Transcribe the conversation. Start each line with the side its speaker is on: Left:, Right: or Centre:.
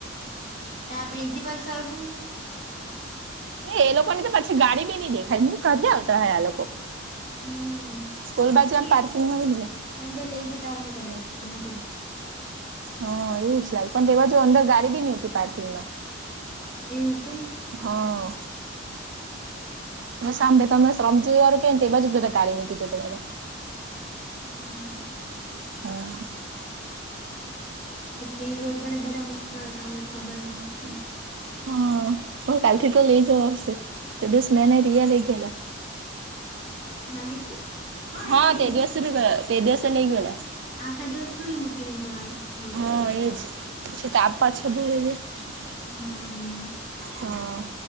Left: ત્યાં પ્રિન્સિપલ સર હું
Right: એ એ લોકો ને તો પછી ગાડી બી નહી દેખાય હું કાથી આવતા હોય આ લોકો?
Left: હમ
Right: સ્કૂલ બાજવા
Left: ની એ
Right: પાર્કિંગમાંમે
Left: લોકો
Right: ન
Left: અંદર લઈ જતા કદાચ આમાંથી જ
Right: હ એવું જ લાગે પણ તે જો અંદર ગાડી બી નહતી પાર્કિંગ માં
Left: એવું કે?
Right: હા. જો સાંભળ તમે સમજી કે ને એ બાજ બધાી મૂકી જતો તયારે
Left: હમ્મ.
Right: હ.
Left: મેઈન રોડ પડે જ બધા મુકતા હતાને ખબર નહ તે.
Right: હા હવે કાલથી તો લઈ જવા આવશે દિવસ મેને રિયા લઈ ગયલા.
Left: <unintelligible>
Right: હા
Left: એટલે લઈ
Right: તે
Left: જવું
Right: દિવસ <unintelligible>
Left: પડે ને
Right: દિવસ લાગી ગેલા.
Left: આખા દિવસ થોડી મૂકીને જવાય રોડ.
Right: હા એજ. <unintelligible>
Left: હ.
Right: હા.